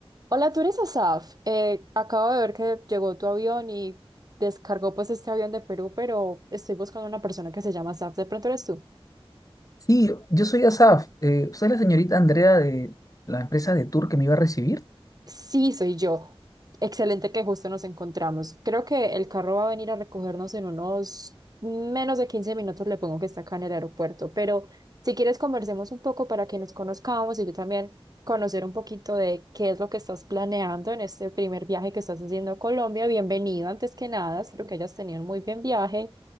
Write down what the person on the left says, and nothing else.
Sí, yo soy Asaf. Eh, ¿usted es la señorita Andrea de la empresa de tour que me iba a recibir?